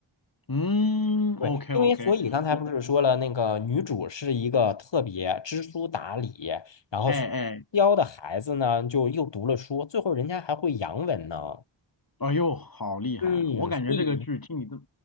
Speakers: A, on the left; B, on the left.
A: 嗯，OK
B: 对，因为所以刚才不是说了，
A: OK，我
B: 那个女主是一个特别知书达理，然后
A: 哎哎
B: 教的孩子呢，就又读了书，最后人家还会洋文呢。
A: 哎呦，好厉害啊！
B: 嗯，
A: 我感觉这个剧听你这，
B: 所以